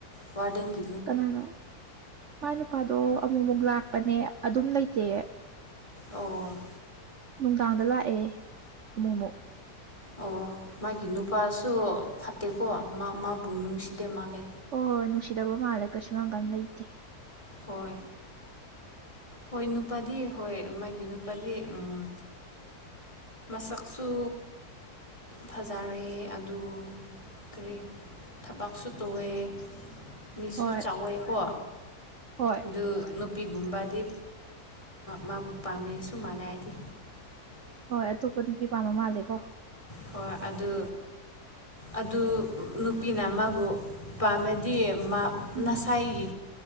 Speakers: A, on the left; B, on the right.
A: ꯋꯥꯔꯗꯥꯟꯒꯤ
B: ꯀꯅꯥꯅꯣ ꯃꯥꯏ ꯅꯨꯄꯥꯗꯣ ꯑꯃꯨꯛ-ꯃꯨꯛ ꯂꯥꯛꯄꯅꯦ ꯑꯗꯨꯝ ꯂꯩꯇꯦꯌꯦ
A: ꯑꯣ
B: ꯅꯨꯡꯗꯥꯡꯗ ꯂꯥꯛꯑꯦ ꯑꯃꯨꯛ ꯑꯃꯨꯛ
A: ꯑꯣ ꯃꯥꯒꯤ ꯅꯨꯄꯥꯁꯨ ꯐꯠꯇꯦꯀꯣ ꯃꯥ ꯃꯥꯕꯨ ꯅꯨꯡꯁꯤꯗꯦ ꯃꯥꯜꯂꯦ
B: ꯍꯣꯏ ꯍꯣꯏ ꯅꯨꯡꯁꯤꯗꯕ ꯃꯥꯜꯂꯦ ꯀꯩꯁꯨ ꯅꯥ ꯀꯥꯟ ꯂꯩꯇꯦ
A: ꯍꯣꯏ ꯍꯣꯏ ꯅꯨꯄꯥꯗꯤ ꯍꯣꯏ ꯃꯥꯒꯤ ꯅꯨꯄꯥꯗꯤ ꯎꯝ ꯃꯁꯛꯁꯨ ꯐꯖꯔꯦ ꯑꯗꯨ ꯀꯔꯤ ꯊꯕꯛꯁꯨ ꯇꯧꯑꯦ ꯃꯤꯁꯨ
B: ꯍꯣꯏ
A: ꯆꯥꯎꯋꯦꯀꯣ
B: ꯍꯣꯏ
A: ꯑꯗꯨ ꯅꯨꯄꯤꯒꯨꯝꯕꯗꯤ ꯃꯥꯕꯨ ꯄꯥꯝꯃꯦ ꯁꯁꯨ ꯃꯥꯜꯂꯦ ꯍꯥꯏꯗꯤ
B: ꯍꯣꯏ ꯑꯇꯣꯞꯄ ꯅꯨꯄꯤ ꯄꯥꯝꯕ ꯃꯥꯜꯂꯦꯀꯣ
A: ꯍꯣꯏ ꯑꯗꯨ ꯑꯗꯨ ꯅꯨꯄꯤꯅ ꯃꯥꯕꯨ ꯄꯥꯝꯃꯦꯗꯤ
B: ꯎꯝ
A: ꯉꯁꯥꯏꯒꯤ